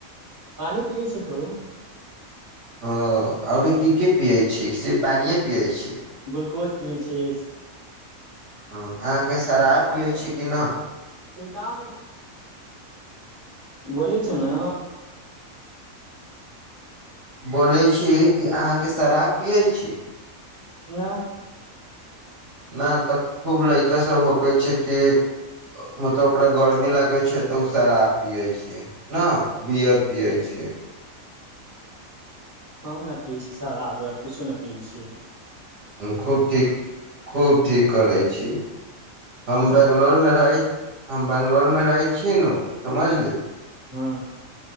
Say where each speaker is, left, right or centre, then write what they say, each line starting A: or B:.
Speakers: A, on the right (about 15°); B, on the right (about 55°).
A: पानी पियै छै खूब
B: ह, आओर कि के पिये छी, सिर्फ पानिे पिये छी।
A: ग्लूकोज पिया छै।
B: ह, अहाँके शराब
A: काम
B: पियै
A: पर
B: छी कि नहि।
A: छिड़काव बोली छै न
B: बोलै छी कि अहाँके शराब पियै छै।
A: ना।
B: न तऽ खूब लईका सब होकै छै के मतलब ओरा गर्मी लगे छै तऽ ओ शराब पियै छै, न बियर पियै छै।
A: हम नहि पियै छियै शराब औरब कछो नहि पियै छै।
B: खूब ठीक खूब ठीक करै छी, हम
A: सुबोध
B: बेंगलौर
A: भैया
B: मे रही हम बंगलोर मे रहै छी न समझली
A: हु